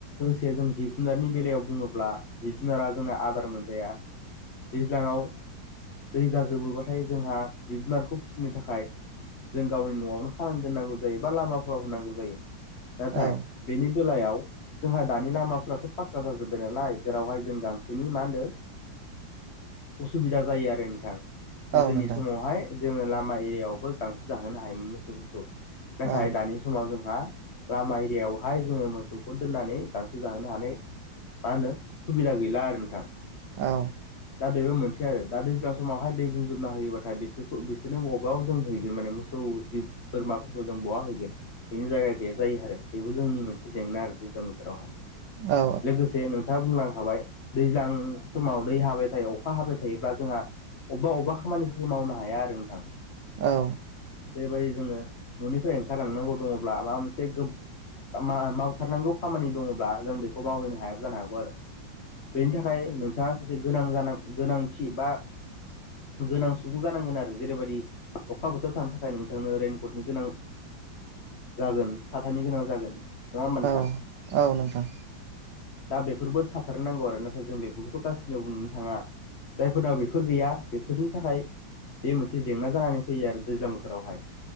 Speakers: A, on the left; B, on the right.
A: जे जों जिब जुनारनि बेलायाव बुङोब्ला जिब जुनारा जोंना आदार मोनजाया‌। दैज्लाङाव दै जाजोबो बाथाय जोंहा जिब जुनारखौ फि नो थाखाय जों गावनि न'आवनो खानानै दोननांगौ जायो बा लामाफोराव दोननांगौ जायो। नाथाय
B: औ
A: बेनि बेलायाव जोंहा दानि लामाफोराथ' पाक्का जाजोब्बाय नालाय जेरावहाय जों गांसोनि मा होनदों उसुबिदा जायो आरो नोंथां‌ गोदोनि
B: औ नोंथां
A: समावहाय जोङो लामा एरियायावबो गांसो जाहोनो हायोमोन मोसौफोरखौ। नाथाय
B: औ
A: दानि समाव जोंहा लामा एरियायावहाय जोङो मोसौखौ दोननानै गांसो जाहोनो हानाय मा होनो सुबिदा गैला आरो नोंथां।
B: औ
A: दा बेबो मोनसे आरो। दा दैज्लां समावहाय दै बुंजोबना होयोबाथाय बिसोरखौ बिसो रनो बबाव जों हैगोन माने मोसौ जिब बोरमाफोरखौ जों बहा हैगोन बेनि जायगा गैया जायो आरो। बेबो जोंनि मोनसे जेंना आरो दैज्लां बोथोरावहाय।
B: औ
A: लोगोसे नों थाङा बुंलांखाबाय दैज्लां समाव दै हाबाय थायो अखा हाबाय थायोब्ला जोंहा अबेबा अबेब खामानिफोरखौ मावनो हाया आरो नोंथां
B: औ
A: जेरैबायदि जोङो न'निफ्राय ओंखारलांनांगौ दङब्ला माबा मोनसे गो खामा मावथारनांगौ खामानि दङब्ला जों बेखौ मावहैनो हायाबो जानो हागौ आरो। बेनि थाखाय नोंथाङा मासे गोनां जानां-गोनांथि बा गोनां सुबुं जानांगोन आरो। जेरैबायदि अखा बोथोराव थानो थाखाय नोंथांनो रइेनकटनि गोनां जागोन साथानि गोनां जागोन। नङा होमबा नोंथां
B: औ औ नोंथां।
A: दा बेफोरबो थाथारनांगौ आरो नाथाय जों बेफोरखौथ' गासैनोबो नुनो थाङा। जायफोरनाव बेफोर गैया बेफोरनि थाखाय बे मोनसे जेंना जानानै फैयो आरो दैज्लां बोथोरावहाय।